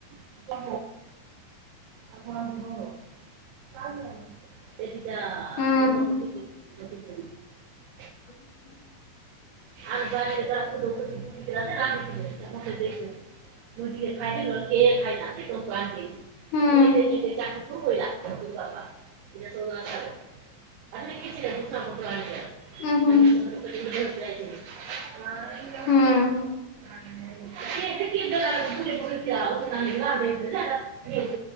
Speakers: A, on the right (about 80°); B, on the left (about 70°).
A: <inaudible> <inaudible> <inaudible>
B: ହୁଁ। <inaudible>
A: <inaudible> <inaudible>
B: ହୁଁ
A: <inaudible> <inaudible>
B: ଉଁ ହୁଁ।
A: <inaudible>
B: ହୁଁ।
A: <inaudible>